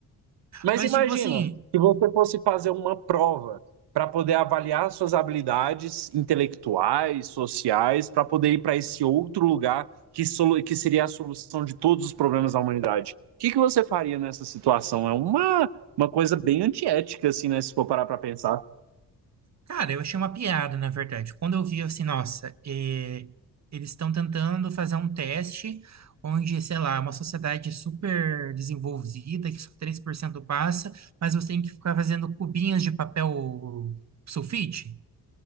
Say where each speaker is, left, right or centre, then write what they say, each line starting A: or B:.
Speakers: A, on the right; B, on the right.
A: Mas
B: Mas,
A: imagina,
B: tipo assim,
A: se você fosse fazer uma prova para poder avaliar suas habilidades intelectuais, sociais, para poder ir para esse outro lugar que, solu- que seria a solução de todos os problemas da humanidade. O que que você faria nessa situação? É uma, uma coisa bem antiética, assim, né? Se for parar para pensar.
B: cara, eu achei uma piada, na verdade. Quando eu vi, eu assim, nossa, eh, eles estão tentando fazer um teste onde, sei lá, uma sociedade super desenvolvida, que só 3% passa, mas você tem que ficar fazendo cubinhos de papel sulfite.